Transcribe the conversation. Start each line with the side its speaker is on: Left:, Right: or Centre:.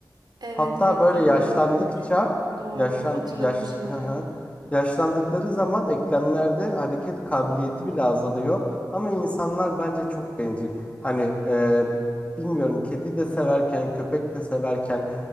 Right: Evet
Left: Hatta
Right: evet
Left: böyle
Right: ben
Left: yaşlandıkça
Right: de öyle okumuştum. Doğru
Left: yaşlan
Right: hatırladım
Left: yaş
Right: şimdi.
Left: <laughs> hı hı. yaşlandıkları zaman eklemlerde hareket kabiliyeti bile azalıyor. Ama insanlar bence çok bencil. Hani e, bilmiyorum kedi de severken köpek de severken